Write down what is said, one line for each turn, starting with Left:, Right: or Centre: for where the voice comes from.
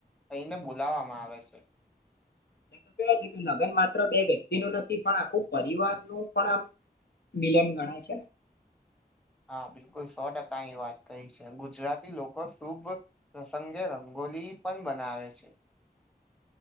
Centre: થઈને બોલાવવામાં આવે છે
Left: એ તો કેવા છે કે લગ્ન માત્ર બે વ્યક્તિનુ નથી પણ આખું પરિવારનું પણ આમ મિલન ગણાય છે
Centre: હા બિલકુલ સો ટકાની વાત કઈ છે ગુજરાતી લોકો શુભ પ્રસંગે ર ગોલી પણ બનાવે છે